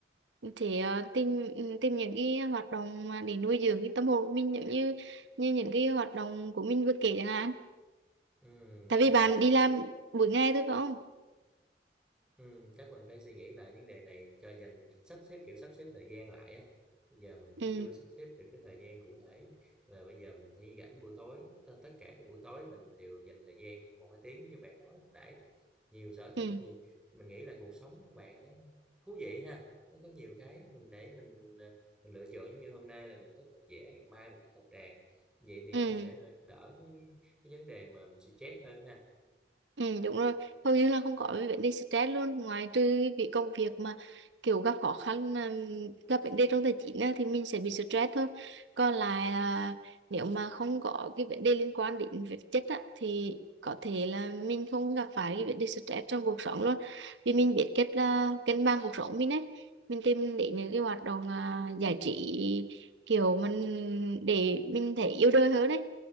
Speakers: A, on the right; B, in the centre.
A: thể à, tìm ừ, tìm những cái hoạt động mà để nuôi dưỡng cái tâm hồn của mình giống như như những cái hoạt động của mình vừa kể chẳng hạn
B: ừ,
A: tại vì
B: chắc
A: bạn
B: mình cũng
A: đi làm buổi ngày thôi phải không
B: Ừ, chắc mình phải suy nghĩ lại vấn đề này cho dành sắp xếp kiểu sắp xếp thời gian lại á bây giờ mình cũng
A: ừ
B: chưa sắp xếp được cái thời gian cụ thể là bây giờ mình phải rảnh buổi tối t- tất cả các buổi tối mình đều dành thời gian một hai tiếng như bạn nói lúc nãy đó nhiều sở thích
A: ừ
B: thì mình nghĩ là cuộc sống của bạn nó thú vị ha nó có nhiều cái mình để mình ờ, mình lựa chọn giống như hôm nay là mình thích đọc vẽ ngày mai mình thích học đàn vậy thì
A: ừ
B: nó sẽ đỡ cái cái vấn đề mà mình stress hơn ha
A: ừ đúng rồi hầu như là không có cái vấn đề stress luôn ngoài trừ cái việc công việc mà kiểu gặp khó khăn mà ừ, gặp vấn đề trong tài chính á, thì mình sẽ bị stress thôi còn lại là nếu mà không có cái vấn đề liên quan đến vật chất á, thì có thể là mình không gặp phải cái vấn đề stress trong cuộc sống luôn vì mình biết cách là cân bằng cuộc sống mình ấy mình tìm đến những cái hoạt động à, giải trí kiểu mình để mình thấy yêu đời hơn đấy